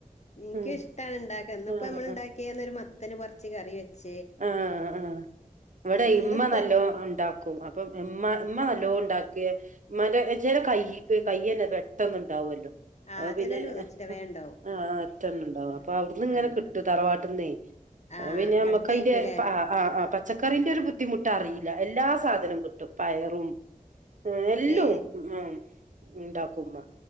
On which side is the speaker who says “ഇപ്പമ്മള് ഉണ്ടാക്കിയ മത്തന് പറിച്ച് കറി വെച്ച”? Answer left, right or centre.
Left